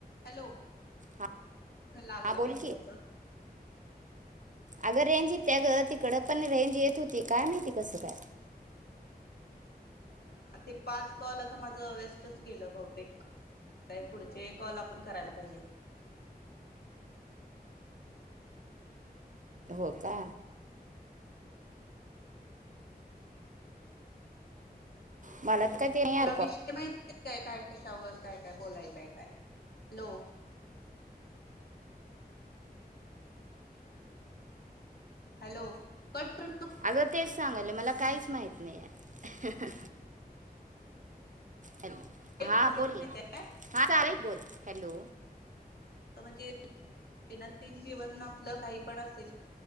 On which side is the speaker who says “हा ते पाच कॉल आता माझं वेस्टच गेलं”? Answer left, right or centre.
Left